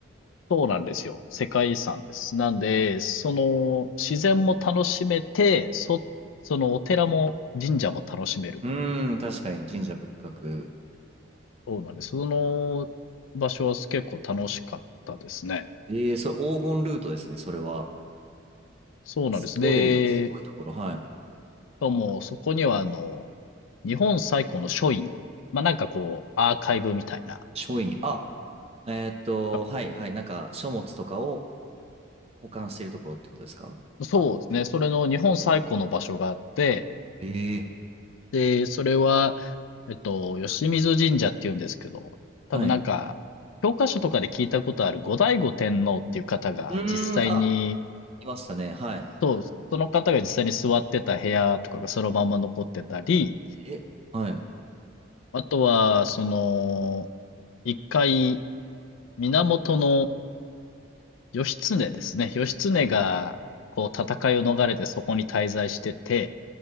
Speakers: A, on the left (about 75°); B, on the right (about 30°).
A: そうなんですよ。世界遺産です。なんで、その、自然も楽しめて、そ、そのお寺も神社も楽しめるっていう。
B: うーん、確かに神社仏閣。
A: そうなんです。その場所は結構楽しかったですね。
B: ええそれ黄金ルートですね、それは。
A: そうなんです。
B: すごい、
A: で、
B: すごいところ。
A: し
B: はい。
A: かもそこにはあの、日本最古の書院。まあ、なんかこう、アーカイブみたいな。
B: 書院。あ、えーっと、
A: あ
B: はい、はい。なんか、書物とかを保管しているところってことですか
A: そうですね。それの日本最古の場所があって、
B: ええ
A: で、それは、えっと、吉水神社っていうんですけど、多分なんか、
B: はい。
A: 教科書とかで聞いたことある後醍醐天皇っていう方が実際に、
B: うーん、あ、いましたね。はい。
A: そう、その方が実際に座ってた部屋とかがそのまま残ってたり、
B: え、はい。
A: あとは、その、一回、源の義経ですね。義経が、こう、戦いを逃れてそこに滞在してて、